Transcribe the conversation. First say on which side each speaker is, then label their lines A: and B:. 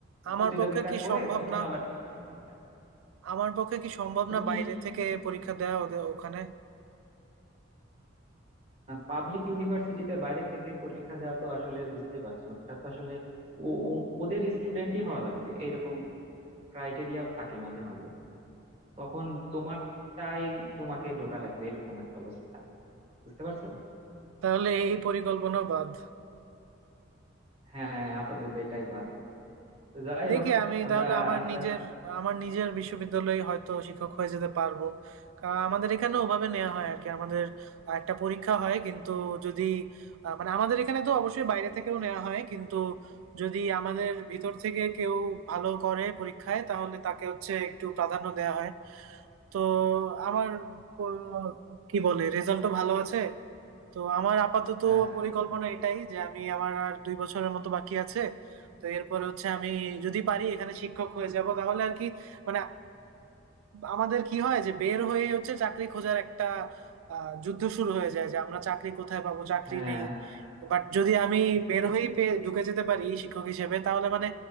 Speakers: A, on the right; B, on the right.
A: আমার
B: প্রতিযোগিতা
A: পক্ষে কি
B: করে
A: সম্ভব
B: তখন
A: না
B: আবার শিক্ষকটা
A: আমার পক্ষে কি সম্ভব
B: তুমি
A: না বাইরে থেকে পরীক্ষা দেওয়া ওদের ওখানে
B: পাবলিক ইউনিভার্সিটিতে বাইরে থেকে পরীক্ষা দেওয়া তো আসলে বুঝতেই পারছো ওটা তো আসলে ও- ও- ওদের স্টুডেন্টই হওয়া লাগবে এরকম ক্রাইটেরিয়াও থাকে মাঝে মাঝে তখন তোমারটাই তোমাকে ঢোকা লাগবে এরকম একটা অবস্থা বুঝতে পারছো
A: তাহলে এই পরিকল্পনা বাদ
B: হ্যাঁ আপাতত এটাই বাদ তো যাই
A: দেখি
B: হোক
A: আমি
B: আমরা
A: তাহলে আমার
B: আস্তে
A: নিজের
B: আস্তে
A: আমার নিজের বিশ্ববিদ্যালয়ে হয়তো শিক্ষক হয়ে যেতে পারবো কারণ আমাদের এখানে ওভাবে নেওয়া হয় আর কি আমাদের একটা পরীক্ষা হয় কিন্তু যদি আহ, মানে আমাদের এখানে তো অবশ্যই বাইরে থেকেও নেওয়া হয় কিন্তু যদি আমাদের ভিতর থেকে কেউ ভালো করে পরীক্ষায় তাহলে তাকে হচ্ছে একটু প্রাধান্য দেওয়া হয় তো আমার আহ, কি বলে রেজাল্টও ভালো আছে তো আমার আপাতত
B: আচ্ছা
A: পরিকল্পনা
B: আচ্ছা
A: এটাই যে আমি আমার আর দুই বছরের মতো বাকি আছে তো এরপরে হচ্ছে আমি যদি পারি এখানে শিক্ষক হয়ে যাব তাহলে আর কি মানে আমাদের কি হয় যে বের হয়ে হচ্ছে চাকরি খোঁজার একটা আহ, যুদ্ধ শুরু হয়ে যায় যে আমরা চাকরি কোথায় পাবো চাকরি
B: হ্যাঁ
A: নেই বাট যদি আমি
B: বুঝতে
A: বের
B: পারছি
A: হয়েই পেয়ে ঢুকে যেতে পারি শিক্ষক হিসেবে তাহলে মানে